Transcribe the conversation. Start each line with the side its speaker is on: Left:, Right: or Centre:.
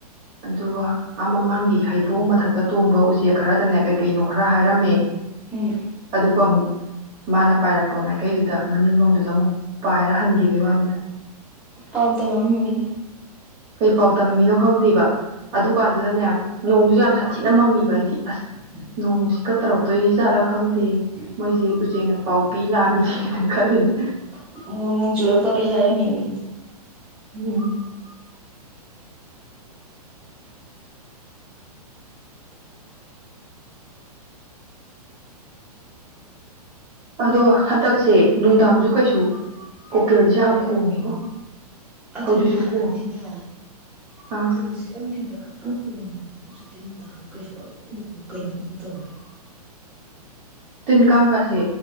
Right: ꯑꯗꯨꯒ ꯑ ꯃꯃꯥꯡꯒꯤ ꯍꯩꯕꯣꯡ ꯃꯊꯛꯇ ꯇꯣꯡꯕ ꯎꯆꯦꯛ ꯈꯔꯗꯅꯦ ꯀꯩ ꯀꯩꯅꯣ ꯈꯔ ꯍꯥꯏꯔꯝꯃꯦ
Centre: ꯎꯝ
Right: ꯑꯗꯨ ꯑꯃꯨꯛ ꯃꯥꯅ ꯄꯥꯏꯔꯛꯄ ꯃꯥꯏꯀꯩꯗꯨꯗ ꯗ ꯃꯅꯤꯡꯂꯣꯝꯗꯨꯗ ꯑꯃꯨꯛ ꯄꯥꯏꯔ ꯍꯟꯈꯤꯕꯩ ꯋꯥꯅꯤꯗ
Centre: ꯄꯥꯎ ꯇꯥꯃꯥꯝꯃꯤ ꯑꯣꯏꯅꯤ
Right: ꯀꯩ ꯄꯥꯎ ꯇꯝꯃꯃꯤꯅꯣ ꯈꯪꯗꯦꯕ ꯑꯗꯨ ꯀꯥꯟꯗꯨꯗꯅꯦ ꯅꯣꯡꯖꯨ ꯌꯥꯝ ꯁꯥꯊꯤꯅ ꯃꯪꯉꯤꯕ ꯍꯥꯏꯗꯤ ꯑꯁ ꯅꯣꯡ ꯅꯨꯡꯁꯤꯀ ꯇꯧꯔꯛꯇꯣꯏ ꯖꯠꯂ ꯈꯪꯗꯦ ꯃꯣꯏꯖꯦ ꯎꯆꯦꯛꯅ ꯄꯥꯎ ꯄꯤ ꯂꯥꯛꯑꯃꯤꯅꯦꯅ ꯈꯜꯂꯤꯅꯦ
Centre: <unintelligible> ꯍꯥꯏꯔꯝꯃꯤ ꯅꯦꯃꯤ
Right: <unintelligible> ꯑꯗꯣ ꯍꯟꯗꯛꯁꯦ ꯅꯨꯡꯗꯥꯡꯁꯨ ꯀꯩꯁꯨ ꯎꯀꯤꯜꯁꯦ ꯌꯥꯝ ꯈꯣꯡꯉꯤꯕꯣ
Centre: ꯑꯗꯨꯅꯤ
Right: ꯍꯧꯖꯤꯛꯁꯨ
Centre: ꯍꯥꯟꯅꯗꯤꯅꯦ
Right: ꯈꯣꯡ ꯑꯥ
Centre: ꯀꯨꯀꯤꯜꯁꯦ ꯑꯌꯨꯛ ꯅꯨꯡꯗꯤꯟꯗ ꯈꯛꯇꯪ ꯈꯣꯡꯉꯦ ꯍꯧꯖꯤꯛꯇꯤ ꯅꯨꯡꯗꯥꯡ ꯀꯩꯁꯨ ꯄꯪꯈꯣꯡꯗ ꯈꯣꯡꯉꯦ ꯀꯩꯅꯣꯝ ꯏꯇꯧ ꯇꯧꯔꯦ
Right: ꯇꯤꯟ ꯀꯥꯡꯀꯥꯁꯦ